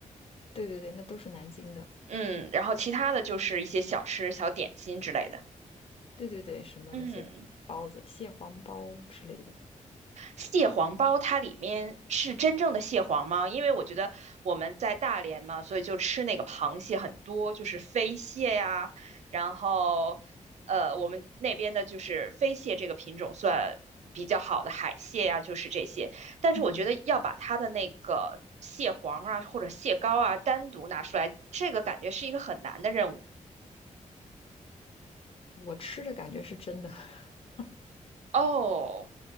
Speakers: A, on the left (about 45°); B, on the right (about 60°).
A: 对对对，那都是南京的。
B: 嗯，然后其他的就是一些小吃、小点心之类的。
A: 对对对，什么那些包子、
B: 嗯，
A: 蟹黄包之类的。
B: 蟹黄包它里面是真正的蟹黄吗？因为我觉得我们在大连嘛，所以就吃那个螃蟹很多，就是飞蟹呀，然后呃，我们那边的就是飞蟹这个品种算比较好的海蟹呀，就是这些。但是我觉得要把它的那个蟹黄啊或者蟹膏啊单独拿出来，
A: 嗯，
B: 这个感觉是一个很难的任务。
A: 我吃着感觉是真的，<laughs>
B: 哦，